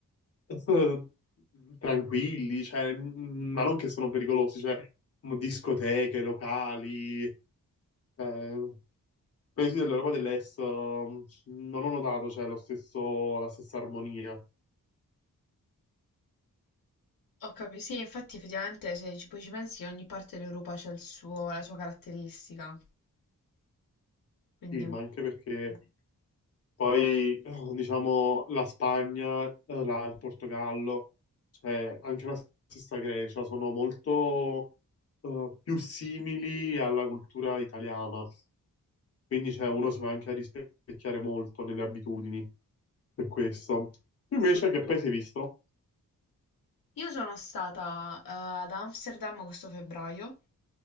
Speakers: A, on the left; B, on the left.
A: <laughs> eh, tranquilli, cioè, mm, ma non che sono pericolosi, cioè, m- discoteche, locali, eh, paesi dell'Europa dell'Est, eh, non ho notato, cioè, lo stesso, la stessa armonia.
B: Ho capi- Sì, infatti effettivamente se ci poi ci pensi ogni parte dell'Europa c'ha il suo- la sua caratteristica, quindi...
A: Sì, ma
B: un-
A: anche perché
B: Mm.
A: poi, <clears throat> eh, diciamo, la Spagna, eh, la- il Portogallo, cioè anche la stessa Grecia, sono molto eh, più simili alla cultura italiana. Quindi, cioè,
B: Mm.
A: uno si va anche a rispecchiare molto nelle abitudini, per questo. Invece,
B: Sì.
A: che paese hai visto?
B: Io sono stata eh, ad Amsterdam questo febbraio